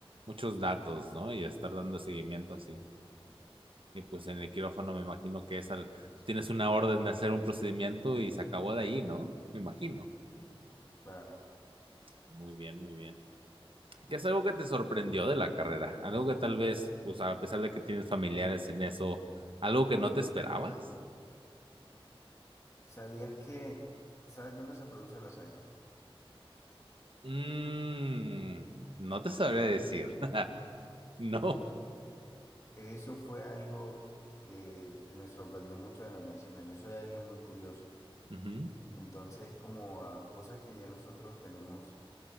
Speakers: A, on the right; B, on the left.
A: muchos datos, ¿no? Y estar dando seguimiento así. Y pues en el quirófano me imagino que es al, tú tienes una orden de hacer un procedimiento y se acabó de ahí, ¿no? Me imagino.
B: Claro.
A: Muy bien, muy bien. ¿Qué es algo que te sorprendió de la carrera? Algo que tal vez, pues a pesar de que tienes familiares en eso, algo que no te esperabas?
B: ¿Sabías que, sabes dónde se produce la sangre?
A: Mm, no te sabré decir. <laughs> No.
B: Eso fue algo que me sorprendió mucho de la medicina. Yo soy alguien muy curioso.
A: Ujú,
B: Entonces, como a cosas que ya nosotros tenemos